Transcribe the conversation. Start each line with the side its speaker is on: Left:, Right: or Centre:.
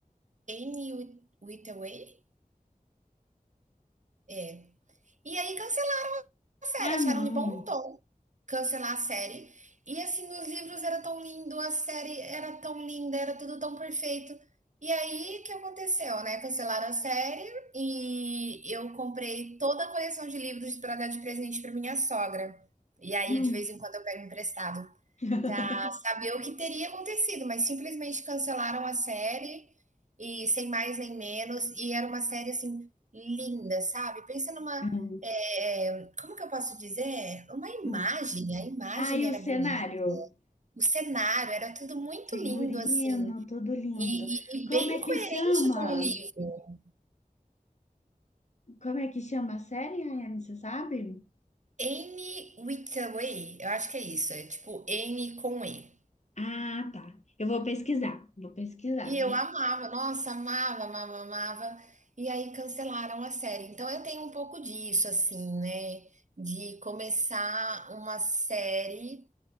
Right: Anne Withaway? É. E aí cancelaram a série,
Left: Ah,
Right: acharam
Left: não.
Right: de bom tom cancelar a série. E assim, os livros eram tão lindos, a série era tão linda, era tudo tão perfeito. E aí, o que aconteceu, né? Cancelaram a série e eu comprei toda a coleção de livros para dar de presente para minha sogra. E aí,
Left: Hum,
Right: de vez em quando, eu pego emprestado.
Left: <laughs>
Right: Pra saber o que teria acontecido, mas simplesmente cancelaram a série e sem mais nem menos, e era uma série assim linda, sabe? Pensa numa,
Left: hum,
Right: eh, como que eu posso dizer? Uma imagem,
Left: hum.
Right: a imagem
Left: Ah, e
Right: era
Left: o cenário?
Right: bonita, o cenário era tudo muito
Left: Figurino,
Right: lindo assim,
Left: tudo lindo.
Right: e e
Left: Como
Right: e bem
Left: é que
Right: coerente
Left: chama?
Right: com o livro.
Left: Como é que chama a série, Rayane, você sabe?
Right: Anne Hathaway, eu acho que é isso, é tipo N com E.
Left: Ah, tá. Eu vou pesquisar. Vou pesquisar.
Right: E eu amava, nossa, amava, amava, amava. E aí cancelaram a série. Então eu tenho um pouco disso, assim, né? De começar uma série